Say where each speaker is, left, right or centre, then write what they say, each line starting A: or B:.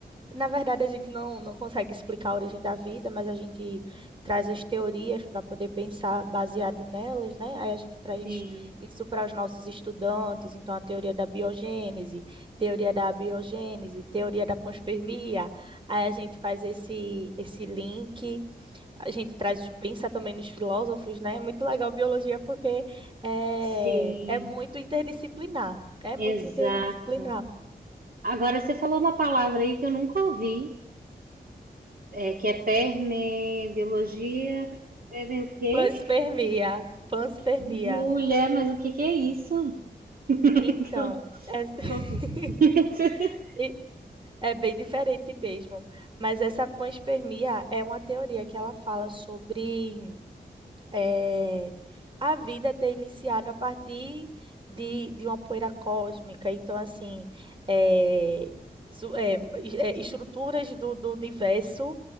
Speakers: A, on the right; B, on the right.
A: na verdade, a gente não, não consegue explicar a origem da vida, mas a gente traz as teorias para poder pensar baseado nelas, né? Aí a gente traz
B: Sim,
A: isso para os nossos estudantes, então a teoria da biogênese, teoria da abiogênese, teoria da panspermia. Aí a gente faz esse esse link, a gente traz os- pensa também nos filósofos, né? É muito legal biologia porque é,
B: sim,
A: é muito interdisciplinar, é
B: exato.
A: muito interdisciplinar.
B: Agora, você falou uma palavra aí que eu nunca ouvi, é, que é permebiologia, perme o quê?
A: Panspermia, panspermia.
B: Mulher, mas o que que é isso? <laughs>
A: Então,
B: Eu
A: es-
B: nunca
A: <laughs>
B: ouvi. <laughs>
A: e- é bem diferente mesmo. Mas essa panspermia é uma teoria que ela fala sobre eh, a vida ter iniciado a partir de, de uma poeira cósmica. Então, assim, eh, su- eh, es- eh, estruturas do, do universo